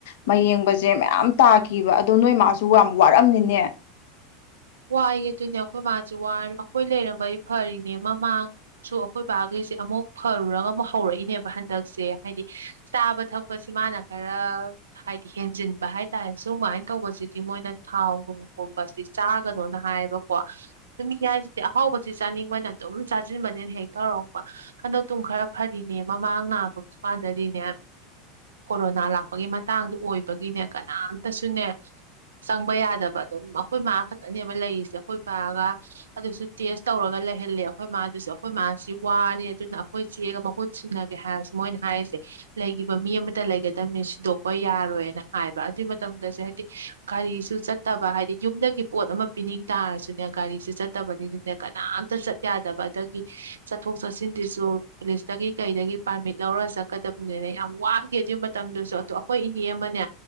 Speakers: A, on the left; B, on the right.
A: ꯃꯌꯦꯡꯕꯁꯦ ꯃꯌꯥꯝ ꯇꯥꯈꯤꯕ ꯑꯗꯣ ꯅꯣꯏ ꯃꯥꯁꯨ ꯁꯨ ꯌꯥꯝ ꯋꯥꯔꯝꯃꯤꯅꯦ
B: ꯋꯥꯏꯒ ꯑꯗꯨꯣꯏꯅꯦ ꯑꯩꯈꯣꯏ ꯃꯥꯁꯦ ꯑꯩꯈꯣꯏ ꯂꯩꯔꯝꯕꯩ ꯐꯔꯤꯅꯦ ꯃꯃꯥꯡꯁꯨ ꯑꯩꯈꯣꯏ ꯕꯥꯈꯩꯁꯦ ꯑꯃꯨꯛ ꯐꯔꯨꯔꯒ ꯑꯃꯨꯛ ꯍꯧꯔꯛꯏꯅꯦꯕ ꯍꯟꯗꯛꯁꯦ ꯍꯥꯏꯗꯤ ꯆꯥꯕ ꯊꯛꯄꯁꯤ ꯃꯥꯅ ꯈꯔ ꯍꯥꯏꯗꯤ ꯍꯦꯟꯖꯤꯟꯕ ꯍꯥꯏ ꯇꯔꯦ ꯁꯨꯃꯥꯏꯅ ꯇꯧꯕꯁꯤꯗꯤ ꯃꯣꯏꯅ ꯊꯥꯎ ꯅꯨꯡꯒꯨꯝꯕꯁꯤ ꯀꯅꯣꯅ ꯍꯥꯏꯌꯦꯕꯀꯣ ꯑꯗꯨ ꯃꯤ ꯍꯥꯏꯁꯤꯗꯤ ꯑꯍꯥꯎꯕꯁꯤ ꯆꯥꯅꯤꯡꯕꯅ ꯑꯗꯨꯝ ꯆꯥꯁꯤꯟꯕꯅꯤꯅ ꯍꯦꯛ ꯇꯧꯔꯛꯄ ꯍꯟꯗꯛꯇꯨꯡ ꯈꯔ ꯐꯔꯤꯅꯦ ꯃꯃꯥꯡ ꯅꯥꯕ ꯀꯥꯟꯗꯗꯤꯅꯦ ꯀꯣꯔꯣꯅꯥ ꯂꯥꯛꯄꯒꯤ ꯃꯇꯥꯡꯗ ꯑꯣꯏꯕꯒꯤꯅꯦ ꯀꯅꯥꯝꯇꯁꯨꯅꯦ ꯆꯪꯕ ꯌꯥꯗꯕ ꯑꯗꯨꯝ ꯑꯩꯈꯣꯏ ꯃꯥ ꯈ ꯈꯛꯇꯅꯦꯕ ꯂꯩꯔꯤꯁꯦ ꯑꯩꯈꯣꯏ ꯄꯥꯑꯒ ꯑꯗꯨꯁꯨ ꯇꯦꯁ ꯇꯧꯔꯒ ꯂꯩꯍꯜꯂꯦ ꯑꯩꯈꯣꯏ ꯃꯥꯗꯨꯁꯨ ꯑꯩꯈꯣꯏ ꯃꯥꯁꯤ ꯋꯥꯅꯤ ꯑꯗꯨꯅ ꯑꯩꯈꯣꯏ ꯆꯦꯒ ꯃꯍꯨꯠ ꯁꯤꯟꯅꯒꯦ ꯍꯥꯏꯔꯁꯨ ꯃꯣꯏꯅ ꯍꯥꯏꯔꯤꯁꯦ ꯂꯩꯈꯤꯕ ꯃꯤ ꯑꯃꯇ ꯂꯩꯒꯗꯝꯕꯅꯤ ꯁꯤꯗꯣꯛꯄ ꯌꯥꯔꯣꯏꯅ ꯍꯥꯏꯕ ꯑꯗꯨꯏ ꯃꯇꯝꯗꯁꯨ ꯍꯥꯏꯗꯤ ꯒꯥꯔꯤꯁꯨ ꯆꯠꯇꯕ ꯍꯥꯏꯗꯤ ꯌꯨꯝꯗꯒꯤ ꯄꯣꯠ ꯑꯃ ꯄꯤꯅꯤꯡ ꯇꯥꯔꯁꯨꯅꯦ ꯒꯥꯔꯤꯁꯦ ꯆꯠꯇꯕꯅꯤꯅꯅꯦ ꯀꯅꯥꯝꯇ ꯆꯠ ꯌꯥꯗꯕ ꯑꯗꯒꯤ ꯆꯠꯊꯣꯛ ꯆꯠꯁꯤꯟꯁꯤꯁꯨ ꯄꯨꯂꯤꯁꯇꯒꯤ ꯀꯩꯗꯒꯤ ꯄꯥꯔꯃꯤꯠ ꯂꯧꯔ ꯆꯠꯀꯗꯕꯅꯤꯅꯦ ꯌꯥꯝ ꯋꯥꯡꯗꯦ ꯑꯗꯨꯒꯤ ꯃꯇꯝꯗꯨꯁꯨ ꯑꯗꯣ ꯑꯩꯈꯣꯏ ꯏꯅꯦ ꯑꯃꯅꯦ